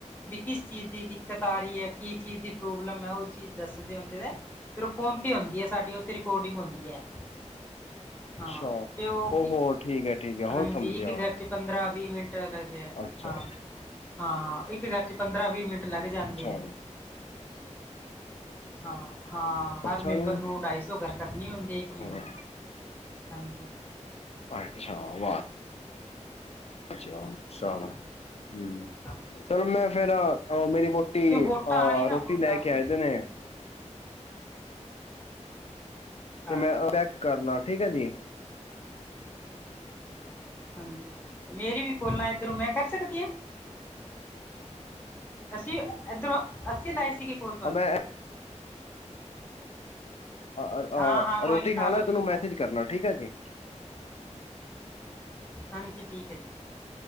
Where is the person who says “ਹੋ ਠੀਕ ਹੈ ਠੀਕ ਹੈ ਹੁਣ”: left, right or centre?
Left